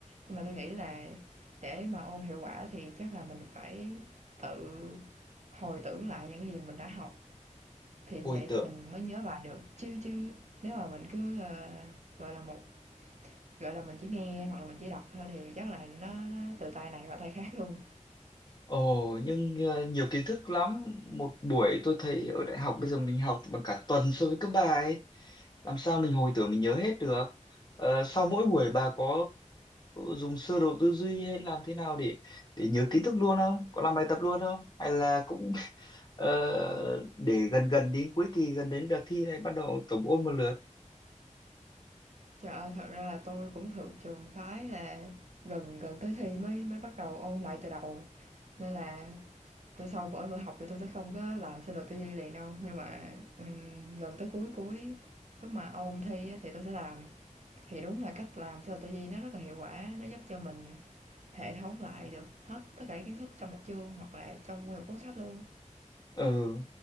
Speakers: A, on the right (about 60°); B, on the left (about 35°).
A: Nhưng mà tôi nghĩ là để mà ôn hiệu quả thì chắc là mình phải tự hồi tưởng lại những gì mình đã học thì
B: Hồi
A: như vậy
B: tưởng.
A: thì mình mới nhớ bài được. Chứ chứ nếu mà mình cứ ờ, gọi là một gọi là mình chỉ nghe hoặc là mình chỉ đọc thôi thì chắc là nó, nó từ tay này qua tay khác luôn.
B: Ồ, nhưng ờ, nhiều kiến thức lắm. Một buổi tôi thấy ở đại học bây giờ mình học bằng cả tuần so với các bà ấy. làm sao mình hồi tưởng mình nhớ hết được Ờ, sau mỗi buổi bà có dùng sơ đồ tư duy hay làm thế nào để để nhớ kiến thức luôn không có làm bài tập luôn không hay là cũng <laughs> ờ, để gần gần đến cuối kỳ gần đến đợt thi này bắt đầu tổng ôn một lượt
A: Trời ơi, thật ra là tôi cũng thuộc trường phái là gần gần tới thi mới mới bắt đầu ôn lại từ đầu, nên là tôi sau mỗi bữa học thì tôi sẽ không có làm CLTV liền đâu, nhưng mà, ừm, gần tới cuối cuối lúc mà ôn thi á thì tôi sẽ làm. Thì đúng là cách làm CLTV nó rất là hiệu quả, nó giúp cho mình hệ thống lại được hết tất cả kiến thức trong một chương hoặc là trong nguyên một cuốn sách luôn.
B: ừ